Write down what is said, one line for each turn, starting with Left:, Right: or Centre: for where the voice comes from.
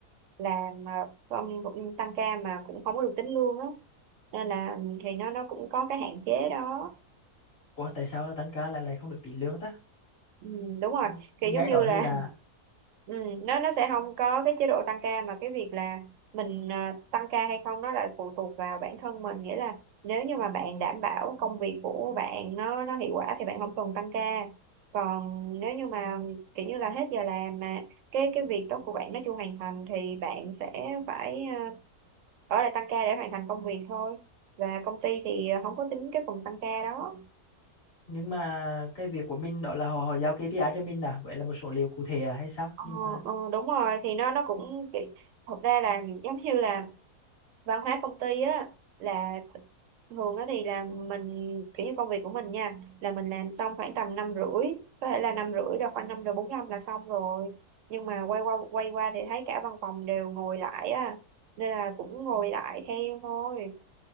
Right: làm mà không cũng tăng ca mà cũng không có được tính lương á nên là thì nó nó cũng có cái hạn chế đó
Left: Ủa tại sao tăng ca lại lại không được tính lương ta?
Right: Ừ, đúng rồi
Left: Mình mình
Right: kiểu
Left: nghe
Right: giống như
Left: đó hơi
Right: là
Left: là
Right: ừ, nó nó sẽ không có cái chế độ tăng ca mà cái việc là mình à, tăng ca hay không nó lại phụ thuộc vào bản thân mình nghĩa là nếu như mà bạn đảm bảo công việc của bạn nó nó hiệu quả thì bạn không cần tăng ca còn nếu như mà kiểu như là hết giờ làm mà cái cái việc đó của bạn nó chưa hoàn thành thì bạn sẽ phải à, ở lại tăng ca để hoàn thành công việc thôi và công ty thì không có tính cái phần tăng ca đó
Left: nhưng mà cái việc của mình đó là họ họ giao KPI cho mình à, vậy là một số liệu cụ thể à hay sao?
Right: Ờ,
Left: Nhưng mà
Right: ờ, đúng rồi thì nó nó cũng kỹ- thật ra là giống như là văn hóa công ty á là thường đó thì là mình kiểu như công việc của mình nha là mình làm xong khoảng tầm năm rưỡi có thể là năm rưỡi là khoảng năm rồi bốn năm là xong rồi nhưng mà quay qua quay qua thì thấy cả văn phòng đều ngồi lại á nên là cũng ngồi lại theo thôi